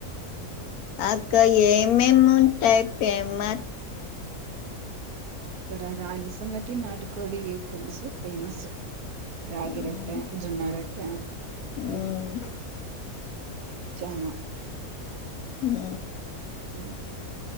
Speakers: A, on the left (about 80°); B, on the right (about 85°).
A: అక్క ఏమేమ్ ఉంటాయ్ పేమ్మా
B: ఇక్కడ రాగి సంగటి నాటుకోడి పుల్సు ఫేమస్ రాగి
A: ఉమ్
B: రొట్ట జొన్న రొట్ట
A: ఉమ్
B: ఇవి చనా
A: హ్మ్
B: అ